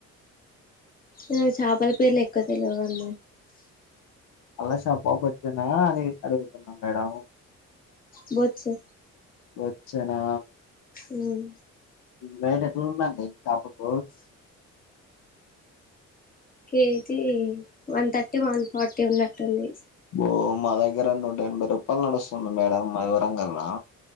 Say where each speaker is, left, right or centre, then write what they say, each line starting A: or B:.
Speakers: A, on the left; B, on the left.
A: న <inaudible> చాపల పేర్లు ఎక్కువ తెలవడండి
B: అల్లా శాప బొద్దునా అని అడుగుతున్నా మేడం
A: బొచ్చు
B: బొచ్చ నా
A: హ్మ్
B: బయటా ఎట్లుందండి కాపుకు
A: KG one thirty one forty ఉన్నట్టుంది
B: బో మా దగ్గర నూటఎనభై రూపాల్ నడుస్తుంది మేడం మా వరంగళ్ల